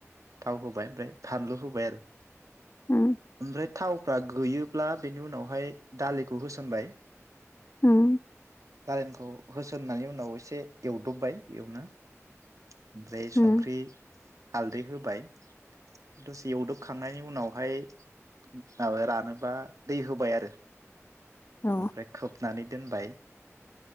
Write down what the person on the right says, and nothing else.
थाव होबाय ओमफ्राय फानलु होबाय आरो
ओमफ्राय थावफ्रा गैयोब्ला बेनि उनावहाय दालिखौ होसनबाय
दारेनखौ होसोननानै उनाव एसे एवदबबाय एवनो ओमफ्राय
संख्रि हालदै हो बाय दसे एवदबखांनायनि उनावहाय माबाया रानोबा दै होबाय आरो
ओमफ्राय खोबनानै दोनबाय